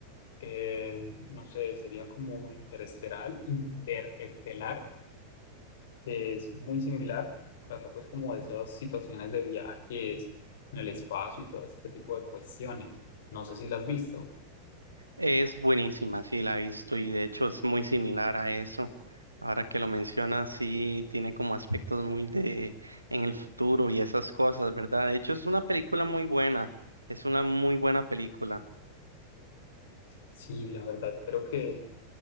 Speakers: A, on the left (about 55°); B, on the right (about 85°).
A: eh, no sé, sería como interestelar, interestelar, que es muy similar, trata pues como de esas situaciones de viajes en el espacio y todo ese tipo de cuestiones. No sé si la has visto.
B: Es buenísima, sí, la he visto y de hecho es muy similar a eso. Ahora que lo mencionas, sí, tiene como aspectos muy de en el futuro y esas cosas, ¿verdad? De hecho es una película muy buena, es una muy buena película.
A: Sí, la verdad creo que...